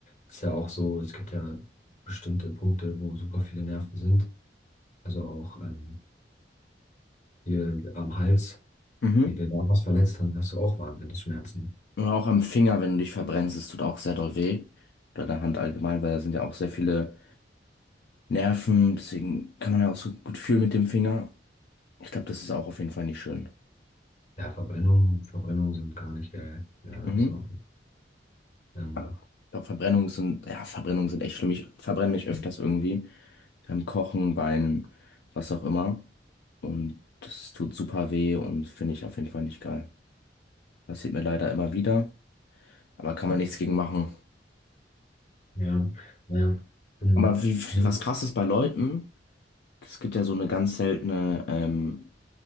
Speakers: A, on the left; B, on the left.
A: Ist ja auch so, es gibt ja bestimmte Punkte, wo super viele Nerven sind. Also auch ähm, hier am Hals,
B: Mhm.
A: wenn dir da was verletzt, dann hast du auch wahnsinnig Schmerzen.
B: Oder auch am Finger, wenn du dich verbrennst, es tut auch sehr doll weh. Oder an der Hand allgemein, weil da sind ja auch sehr viele Nerven. Deswegen kann man ja auch so gut fühlen mit dem Finger. Ich glaube, das ist auch auf jeden Fall nicht schön.
A: Ja, Verbrennungen, Verbrennungen sind gar nicht geil. Ja,
B: Mhm.
A: ist auch. Ähm,
B: Ja. Ich glaube, Verbrennungen sind, ja, Verbrennungen sind echt schlimm. Ich verbrenne mich öfters irgendwie. Beim Kochen, Beinen, was auch immer. Und das tut super weh und finde ich auf jeden Fall nicht geil. Passiert mir leider immer wieder, aber kann man nichts gegen machen.
A: Ja, ja. Mhm.
B: Aber wie,
A: Mhm.
B: was krass ist bei Leuten, es gibt ja so eine ganz seltene, ähm,